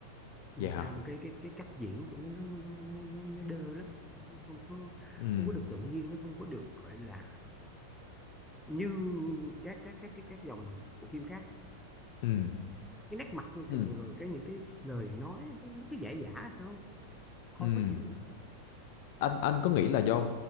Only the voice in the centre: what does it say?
phim
Việt
Nam cái cái cái cách diễn của nó nó nó, nó, nó đơ lắm không có
không có được tự nhiên nó không có được gọi là như các các các cái các dòng của phim khác
cái nét mặt rồi
rồi cái những cái lời nói nó nó cứ giả giả sao coi
khó chịu lắm